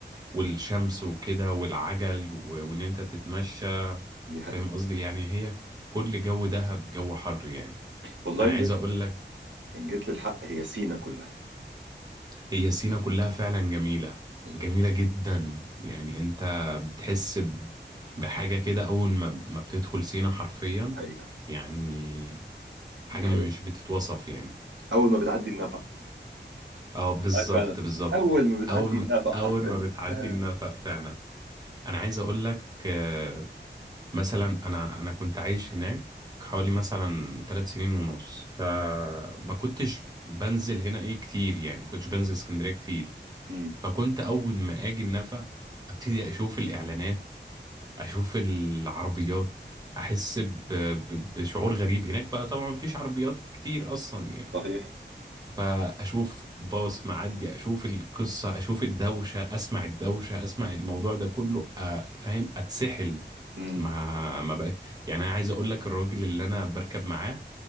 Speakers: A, on the right; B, on the right.
A: والشمس وكده والعجل و... وان انت تتمشى
B: دي حقيقه
A: فاهم قصدي يعني هي كل جو دهب جو حر يعني
B: والله
A: انا
B: ان
A: عايز
B: جيت
A: اقول لك
B: ان جيت للحق هي سينا كلها
A: هي سينا كلها فعلا جميلة
B: والله
A: جميلة جدا يعني انت بتحس ب- بحاجة كده أول ما ما بتدخل سينا حرفيا
B: حقيقه
A: يعني حاجة
B: دي
A: مش
B: حقيقه
A: بتتوصف يعني
B: اول ما بتعدي النفق
A: اه بالظبط
B: والله فعلا
A: بالظبط
B: اول ما بتعدي
A: أول ما
B: النافق حرفيا
A: أول ما بتعدي
B: آه.
A: النفق فعلا أنا عايز أقول لك آه، مثلا أنا أنا كنت عايش هناك حوالي مثلا ثلاث سنين ونص فما كنتش بنزل هنا إيه كتير يعني ما كنتش بنزل اسكندرية كتير
B: امم
A: فكنت اول ما اجي النفق ابتدي اشوف الاعلانات اشوف العربيات احس ب... ب... بشعور غريب هناك بقى طبعا مفيش عربيات كتير اصلا يعني
B: صحيح
A: فاشوف باص معدي اشوف القصه اشوف الدوشه اسمع الدوشه اسمع الموضوع ده كله أ- فاهم اتسحل
B: امم
A: ما ما بقاش يعني انا عايز اقول لك الراجل اللي انا بركب معاه